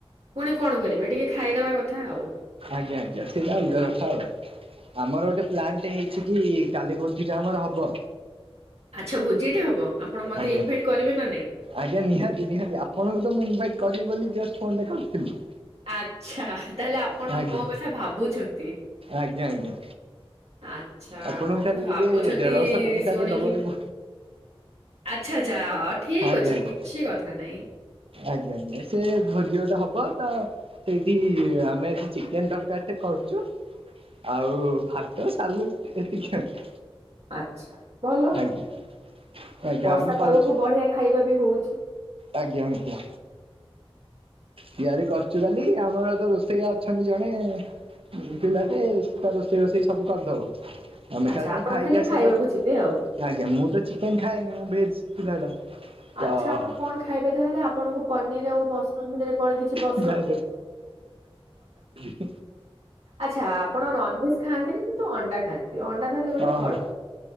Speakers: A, on the right (about 85°); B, on the right (about 65°).
A: ପୁଣି କଣ କରିବେ ଟିକେ ଖାଇଦବା କଥା ଆଉ।
B: ଆଜ୍ଞା, ଆଜ୍ଞା, ସେଇଟା ଅଲଗା କଥା ଆଉ। ଆମର ଗୋଟେ ପ୍ଲାନ୍ ଟେ ହେଇଛି କି କାଲି ଭୋଜିଟେ ଆମର ହବ।
A: ଆଚ୍ଛା ଭୋଜିଟେ ହବ, ଆପଣ ମତେ
B: ଆଜ୍ଞା
A: ଇନଭାଇଟ୍ କରିବେ ନା ନାଇଁ?
B: ଆଜ୍ଞା ନିହାତି ନିହାତି ଆପଣଙ୍କୁ ତ ମୁଁ ଇନଭାଇଟ୍ କରିବି ବୋଲି ଜଷ୍ଟ୍ ଫୋନ୍ ଟା କରିଥିଲି।
A: ଆଚ୍ଛା ତାହେଲେ ଆପଣ
B: ଆଜ୍ଞା
A: ମୋ କଥା ଭାବୁଛନ୍ତି।
B: ଆଜ୍ଞା ଆଜ୍ଞା
A: ଆଚ୍ଛା
B: ଆପଣଙ୍କୁ
A: ମୋ କଥା
B: ଖାଲି
A: ଭାବୁଛନ୍ତି
B: ଟିକେ ଦେଢଶହ ଟଙ୍କାଟେ
A: ଶୁଣିକି
B: ଦବାକୁ
A: ମ ଆଚ୍ଛା ଆଚ୍ଛା ଅ ଠିକ୍
B: ଆଜ୍ଞା
A: ଅଛି
B: ଆଜ୍ଞା
A: କିଛି କଥା ନାଇଁ।
B: ଆଜ୍ଞା ଆଜ୍ଞା ସେ ଭୋଜି ଗୋଟେ ହବ ତ ସେଇଠି ଆମେ ଏଠି ଚିକେନ୍ ତରକାରୀଟେ କରୁଚୁ। ଆଉ ଭାତ ସାଲୁଟ୍ ଏତିକି ଆଉ।
A: ଆଚ୍ଛା ଭଲ
B: ଆଜ୍ଞା। ଆଜ୍ଞା
A: ବର୍ଷା
B: ଆମେ କରୁଛୁ
A: ପାଗକୁ ବଢ଼ିଆ ଖାଇବା ବି ହୋଉଛି।
B: ଆଜ୍ଞା ଆଜ୍ଞା। ତିଆରି କରଚୁ କାଲି ଆମର ତ ରୋଷେଇଆ ଅଛନ୍ତି ଜଣେ। ଉଁ ପିଲାଟେ ସିଏ ତାର ରୋଷେଇ ବଷେଇ ସବୁ କରିଦବ। ଆମେ
A: ଆଚ୍ଛା
B: ଖାଲି ଯାଇଁ
A: ଆପଣ
B: ଖାଇକି ଆସିବା
A: ଖାଇବାକୁ
B: କଥା।
A: ଯିବେ ଆଉ।
B: ଆଜ୍ଞା ମୁଁ ତ ଚିକେନ୍ ଖାଏନି ମୁଁ ଭେଜ୍ ପିଲାଟା। ତ
A: ଆଚ୍ଛା ଆପଣ କଣ ଖାଇବେ ତାହେଲେ ଆପଣଙ୍କୁ ପନିର୍ ଆଉ ମସରୁମ୍ ଭିତରେ କଣ କିଛି ପସନ୍ଦ?
B: ନାଇଁ ହୁଁ।
A: ଆଚ୍ଛା ଆପଣ ନନଭେଜ୍ ଖାଆନ୍ତିନି କିନ୍ତୁ ଅଣ୍ଡା ଖାଆନ୍ତି ଅଣ୍ଡା ତାହେଲେ ଗୋଟେ
B: ଓହୋ।
A: ଫଳ।